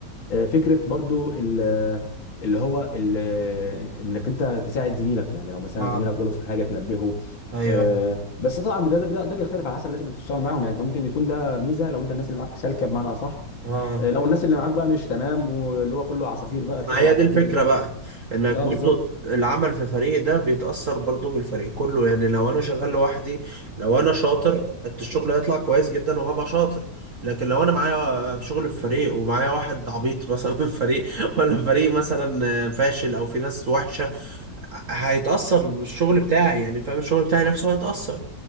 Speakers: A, on the left; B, on the right.
A: آه، فكره برضو ال- اللي هو ال- انك انت تساعد زميلك يعني لو مثلا
B: اه
A: زميلك غلط في حاجه تنبهه
B: ايوه
A: آه،
B: ايوه
A: بس طبعا ده ده ده بيختلف على حسب الناس اللي بتشتغل معاهم يعني انت ممكن يكون ده ميزه لو انت الناس اللي معاك سالكه بمعنى اصح
B: اه
A: آه، لو الناس اللي معاك بقى مش تمام واللي هو كله عصافير بقى شغل
B: ما هي
A: العصافير
B: دي الفكرة
A: اللي
B: بقى انك
A: اه
B: برضو
A: بالظبط
B: العمل في فريق ده بيتأثر برضو بالفريق كله يعني لو انا شغال لوحدي لو انا شاطر الشغل هيطلع كويس جدا وهبقى شاطر لكن لو انا معايا شغل في فريق ومعايا واحد عبيط مثلا في الفريق <laughs> ولا فريق مثلا فاشل او في ناس وحشة هيتأثر بالشغل بتاعي يعني فاهم الشغل بتاعي نفسه هيتأثر